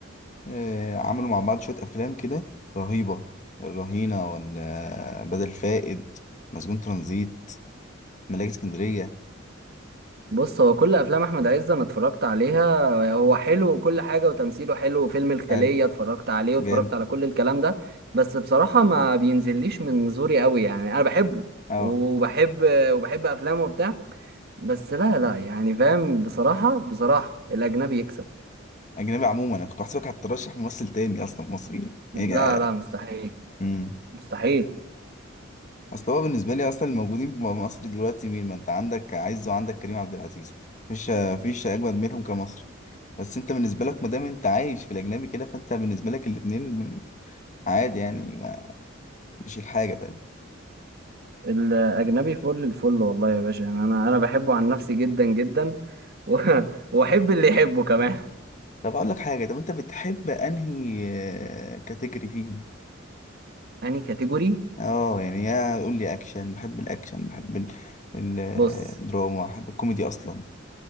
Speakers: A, on the left; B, on the right.
A: آه، عملوا مع بعض شوية أفلام كده رهيبة الرهينة ولا بدل فائد مسجون ترانزيت ملاك اسكندرية
B: بص هو كل افلام احمد عز انا اتفرجت عليها هو حلو وكل حاجه وتمثيله حلو وفيلم الخليه
A: حلو
B: اتفرجت عليه واتفرجت
A: جامد
B: على كل الكلام ده بس بصراحه ما بينزليش من زوري قوي يعني انا بحبه
A: اه
B: وبحب وبحب افلامه وبتاع بس لا لا يعني فاهم بصراحه بصراحه الاجنبي يكسب
A: أجنبي عموما أنا كنت بحسبك هترشح ممثل تاني أصلا مصري
B: لا
A: إيه
B: لا مستحيل
A: امم
B: مستحيل
A: أصل هو بالنسبة لي أصلا الموجودين في مصر دلوقتي مين ما أنت عندك عز وعندك كريم عبد العزيز مفيش مفيش أجمد منهم كمصري بس أنت بالنسبة لك ما دام أنت عايش في الأجنبي كده فأنت بالنسبة لك الاتنين عادي يعني ما مش الحاجة فاهم
B: الأجنبي فل الفل والله يا باشا يعني أنا أنا بحبه عن نفسي جدا جدا و- <laughs> وأحب اللي يحبه كمان
A: طب اقول لك حاجه طب انت بتحب انهي آه، كاتيجوري فيهم
B: أنهي كاتيجوري
A: اه يعني يا قول لي اكشن بحب الاكشن بحب ال- ال-
B: بص
A: الدراما بحب الكوميدي اصلا